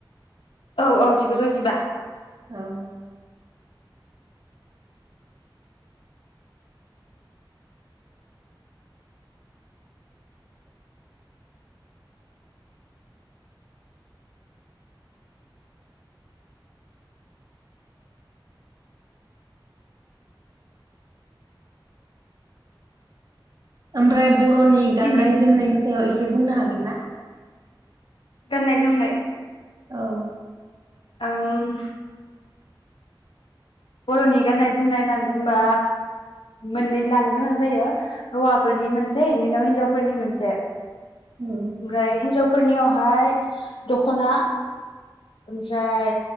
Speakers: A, on the left; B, on the right.
A: औ औ जिगुजौ जिबा।
B: औ ओमफ्राय बर'नि गाननाय
A: बिनि
B: जोमनायनि सायाव इसे बुंनो हागोन ना?
A: गाननाय जोमनाय
B: औ
A: ओम बरनि गाननाय जोमनाय होननानै बुंबा मोननै लानो गोनां जायो हौवाफोरनि मोनसे इनि उनाव हिनजावफोरनि मोनसे।
B: औ
A: ओमफ्राय हिनजाव फोरनियावहाय दखना ओमफ्राय